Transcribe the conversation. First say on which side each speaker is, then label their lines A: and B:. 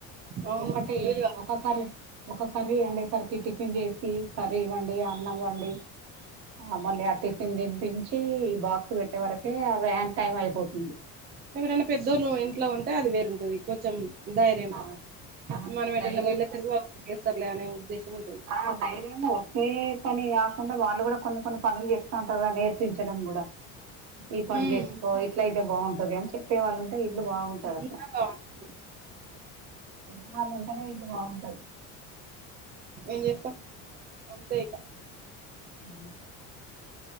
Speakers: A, on the right (about 30°); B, on the right (about 50°).
A: అవును
B: ఒకటి
A: వీలుగా
B: ఒక కర్రీ ఒక కర్రీ అండేసరికి టిఫిన్ చేసి ఉమ్ కర్రి వండి అన్నం వండి ఆ మళ్ళీ ఆ టిఫిన్ దినిపించి బాక్స్ పెట్టే వరకే ఆ వ్యాన్ టైం అయిపోతుంది
A: ఎవరైన పెద్దోళ్ళు ఇంట్లో ఉంటె అది వేరుంటది కొంచెం ధైర్యం
B: ఆ, ఆ
A: మనం ఎటన్న
B: ధైర్యం
A: వెళ్లేసరికి వాళ్లు చేస్తర్లే అనే ఉద్దేశం ఉంటది
B: ఆ ధైర్యము ఏ పని కాకుండ వాళ్ళు కూడ కొన్ని కొన్ని పనులు చెప్తా ఉంటరు కద నేర్పించడం కూడ ఈ పని
A: ఉమ్
B: చేసుకో ఇట్ల అయితే బాగుంటది అని చెప్ పెద్దవాళ్లు ఉంటేనే ఇల్లు బాగుంటది అట్ల
A: ఇంకా బాగుంటది
B: పెద్దవాళ్ళ ఉంటేనే ఇగ అంతే
A: ఏం చేస్తం అంతే ఇక
B: అవును